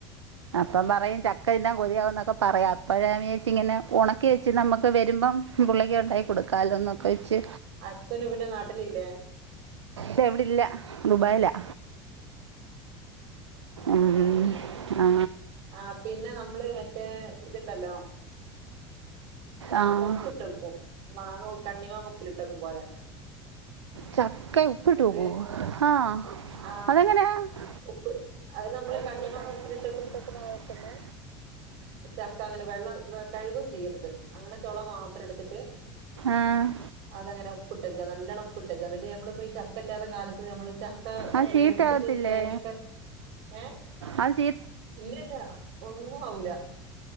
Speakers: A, on the right (about 75°); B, on the right (about 55°).
A: അപ്പം പറയു ചക്കതിന്നാന് കൊതിയാകുന്നൊക്കെ പറയാ അപ്പയാ വിജാരിച് ഇങ്ങനെ ഒണക്കിവെച്ച് ന്നമ്മ പ്പവെരുമ്പം പുള്ളിക് ഒണ്ടാക്കി കൊടുക്കാലോന്നൊക്കെ വെച്ച്
B: അച്ഛനു പിന്നെ നാട്ടിലില്ലേ?
A: ബെവിടെല്ല ദുബായിലാ. ഉം.
B: ആ ആ
A: ആ
B: ആപിന്നെ നമ്മള് മറ്റേ ഇത്ണ്ടല്ലോ
A: ആഹ്
B: ഉപ്പിട്ടക്കും മാങ്ങ കണ്ണിമാങ്ങ ഉപ്പിലിട്ടക്കും പോലെ
A: ചക്ക ഉപ്പ്ട്ട്
B: എന്നിട്ട്
A: വെക്കോ ആ
B: ആഹ്
A: അതെങ്ങനാ? അത്
B: ഉപ്പ് അത് നമ്മള്
A: നമ്മൾകണ്ണിമാങ്ങഉപ്പിലിട്ട്
B: കണ്ണിമാങ്ങ ഉപ്പിലിട്ട്
A: വെക്കുന്ന പോലെതന്നെ
B: ചക്കഅങ്ങനെവെള്ളം വെ കഴ്കും ചെയ്യ രുത് അങ്ങനെ ചൊള മാത്രം എടുത്തിട്ട്
A: ആ
B: അതങ്ങനെ ഉപ്പിട്ട് വെക്ക നല്ലോണ്ണം ഉപ്പ് ന്നിട്ട് നമ്മളിപ്പോ ചക്ക ഇല്ലാത്ത കാലത്ത് നമ്മള് ചക്ക
A: അത്
B: വേവിച്ചിട്ട്
A: ചീത്തയാവത്തില്ലേ
B: തേങ്ങ ഒക്കെ അരച്ച് ഏ
A: അത്
B: ഇല്ലില്ല ഒന്നും ആവൂല.